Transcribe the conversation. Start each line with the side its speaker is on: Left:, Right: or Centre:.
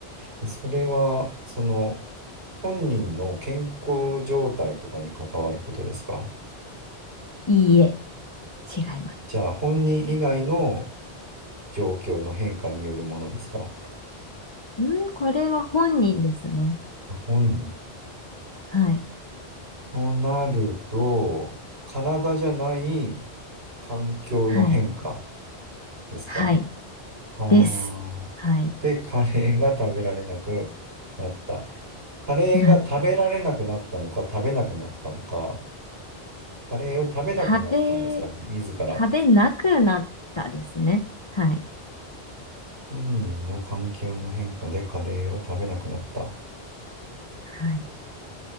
Right: でそれは、その、本人の健康状態とかに関わることですか
Left: いいえ、違います。
Right: じゃあ、本人以外の状況の変化によるものですか
Left: うんこれは本人ですね。
Right: あ本人。
Left: はい。
Right: となると、体じゃない環境の変化
Left: はい。
Right: ですか
Left: はい。
Right: はあ。
Left: です。はい。
Right: で、カレーが食べられなくなった。カレーが食べられなくなったのか、
Left: な、
Right: 食べなくなったのか、カレーを食べなくなったんですか、
Left: 食べ、
Right: じ自ら。
Left: 食べなくなったですね。はい。
Right: 本人の環境の変化でカレーを食べなくなった。
Left: はい。